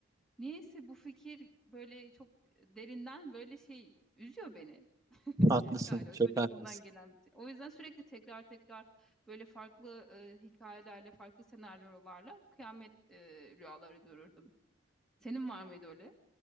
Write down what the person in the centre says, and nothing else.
niyeyse bu fikir böyle çok derinden böyle şey üzüyor beni.
Galiba
çocukluğumdan
gelen bir şey. O yüzden sürekli tekrar tekrar böyle farklı e, hikayelerle, farklı senaryolarla kıyamet e, rüyaları görürdüm. Senin var mıydı öyle?